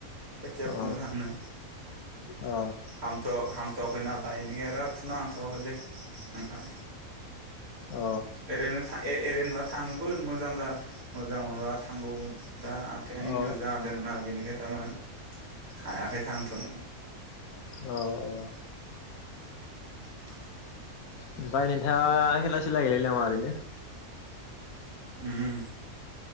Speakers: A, on the right (about 75°); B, on the left (about 80°).
A: खोथिया
B: अ
A: फुनो थांनो
B: अ
A: हामथ' फथ'वाखै नालाय इनिखाय आरो फुना हांथ'वाखैलै नोंथां
B: अ
A: ओरैनो ओरैनोबा थाङोमोन मोजां जा मोजां मोनबा थांगौमोन दा आथिंआ
B: औ
A: इन्जुरि जादों ना बेनिखाय थारमाने हायाखै थांथनो
B: औ औ
A: <inaudible>
B: ओमफ्राय नोंथांड़ा खेला सिला गेलेयो नामा ओरैनो
A: उम